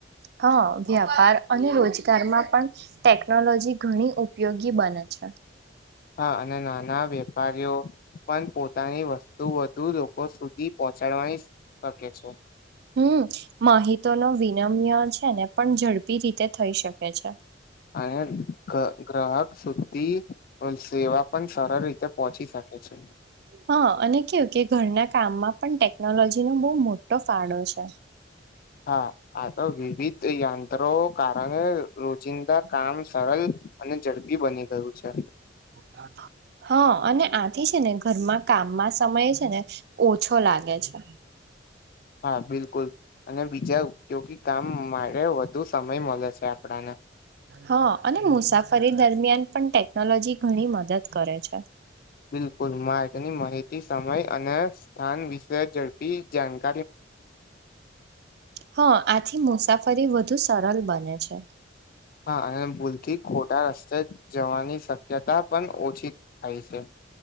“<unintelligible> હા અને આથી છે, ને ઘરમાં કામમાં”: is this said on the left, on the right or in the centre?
Right